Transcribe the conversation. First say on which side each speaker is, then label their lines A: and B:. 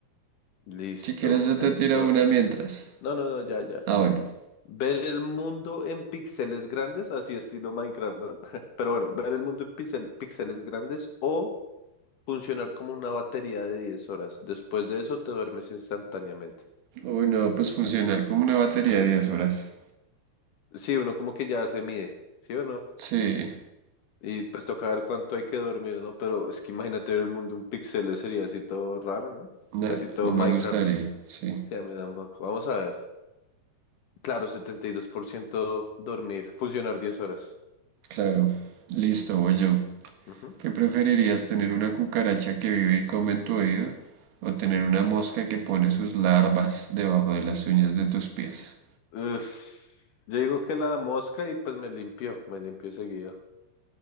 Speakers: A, on the left (about 60°); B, on the right (about 75°).
A: Listo.
B: Si quieres, yo
A: Entonces.
B: te tiro una mientras.
A: No, no, no, ya, ya.
B: Ah, bueno.
A: Ver el mundo en píxeles grandes, así estilo Minecraft, ¿no? <laughs> Pero bueno, ver el mundo en píxel- píxeles grandes o funcionar como una batería de 10 horas. Después de eso te duermes instantáneamente.
B: Uy, no, pues funcionar como una batería 10 horas.
A: Sí, uno como que ya se mide, ¿sí o no?
B: Sí,
A: Y pues toca ver cuánto hay que dormir, ¿no? Pero es que imagínate ver el mundo en píxeles sería así todo raro, ¿no?
B: no,
A: Así todo
B: no
A: Minecraft.
B: me gustaría. Sí,
A: Sí, a mí tampoco. Vamos a ver. Claro, 72% dormir, funcionar 10 horas.
B: claro. Listo, voy yo.
A: Ujú.
B: ¿Qué preferirías, tener una cucaracha que vive y come en tu oído? ¿O tener una mosca que pone sus larvas debajo de las uñas de tus pies?
A: Es- Yo digo que la mosca y pues me limpió, me limpió seguido.